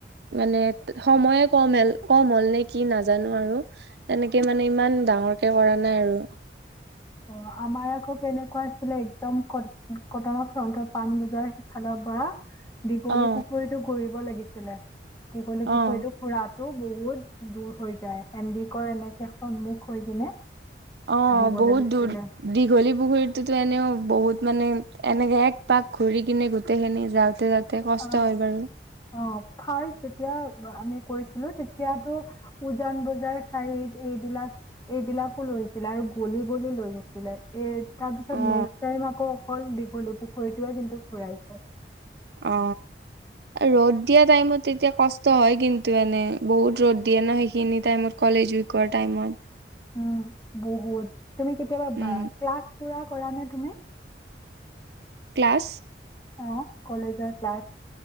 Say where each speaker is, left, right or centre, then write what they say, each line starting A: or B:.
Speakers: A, on the right (about 70°); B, on the left (about 20°).
A: মানে সময়ে কম কম হ'ল নে কি নাজানো আৰু তেনেকে মানে ইমান ডাঙৰ কে কৰা নাই আৰু।
B: অ আমাৰ আকৌ কেনেকুৱা আছিলে একদম ক কটনৰ ফ্ৰন্টৰ পাণ বজাৰ সেইফালৰ পৰা । দীঘলী
A: অ
B: পুখুৰীটো ঘূৰিব লাগিছিল। ছিলে, দীঘলী
A: অ
B: পুখুৰীটো খুৰাত। টো বহুত দূৰ হৈ যায় সেন্দিকৰ এনেকে সন্মুখ হৈ কিনে।
A: অঁ
B: আহিব
A: বহুত।
B: লাগিছিলে।
A: দীঘলী পুখুৰীতো এনেও বহুত। মানে এনেকে এক পাক ঘূৰি কিনে গোটেই খিনি যাওঁতে যাওঁতে। কষ্ট
B: অ',
A: হয় বাৰু।
B: অ', ফাৰ্ষ্ট যেতিয়া আমি কৰিছিলোঁ তেতিয়াতো। উজান বজাৰ চাইড। এইবিলাক এইবিলাকো লৈছিলে আৰু গলি গলি লৈ গৈছিলে। এ তাৰপিছত
A: অ'।
B: নেক্সট টাইম আকৌ। অকল দীঘলী পুখুৰীটোৱে কিন্তু ঘুৰাইছে।
A: অ ৰ'দ দিয়া টাইমত তেতিয়া কষ্ট হয় কিন্তু এনে বহুত ৰ'দ দিয়ে ন সেইখিনি টাইমত কলেজ উইকৰ টাইমত।
B: উম বহুত। তুমি কেতিয়াবা
A: উম,
B: ক্লাছ পুৰা। কৰা নে তুমি?
A: ক্লাছ।
B: অঁ কলেজৰ ক্লাছ।